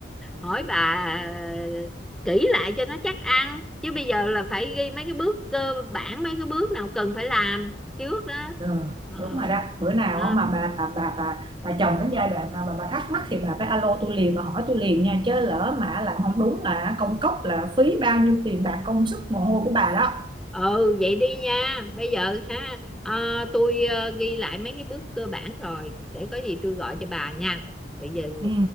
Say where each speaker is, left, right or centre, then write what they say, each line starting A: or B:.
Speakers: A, in the centre; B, on the right (about 25°).
A: hỏi bà ờ, kỹ lại cho nó chắc ăn chứ bây giờ là phải ghi mấy cái bước cơ bản mấy cái bước nào cần phải làm trước đó
B: ừ
A: Ờ.
B: đúng rồi đó bữa nào
A: à.
B: mà bà bà bà bà bà chồng đến giai đoạn nào mà bà thắc mắc thì bà phải alo tôi liền bà hỏi tôi liền nha chứ lỡ mà làm không đúng là công cốc là phí bao nhiêu tiền bạc công sức mồ hôi của bà đó
A: ừ vậy đi nha bây giờ ha ờ, tôi ờ, ghi lại mấy cái bước cơ bản rồi để có gì tôi gọi cho bà nha bây giờ
B: ừ